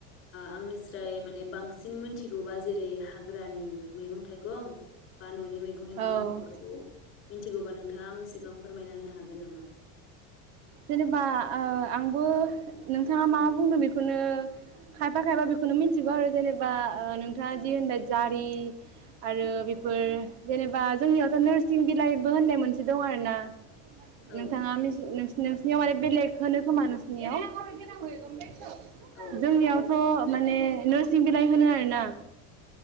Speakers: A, on the left (about 35°); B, on the right (about 60°).
A: आंनि स्राय माने बां बांसिन मोनथिगौबा जेरै हाग्रानि मैगं थाइगं गं बा न'नि मैगं थाइगं
B: औ
A: थिगौब्ला नोंथाङा आंनि सिगाङाव फोरमायना होनो हागोन नामा?
B: जेनेबा ओ आंबो नोंथाङा मा मा बुंदों बेखौनो खायफा खायफा बेखौनो मिथिगौ आरो जेनेबा ओ नोंथाङा
A: उम
B: जि होनबाय जारि आरो बेफोर जेनेबा जोंनियावथ' नोरस सिं बिलाइबो होन्नाय मोनसे दं आरो ना
A: औ
B: नोंथाङा <unintelligible> नोंसिनियाव माने बेलेग होनोखोमा नोंसोरनियाव? <unintelligible>
A: औ
B: जोंनियावथ' माने नोरसिं बिलाइ होनो आरोना।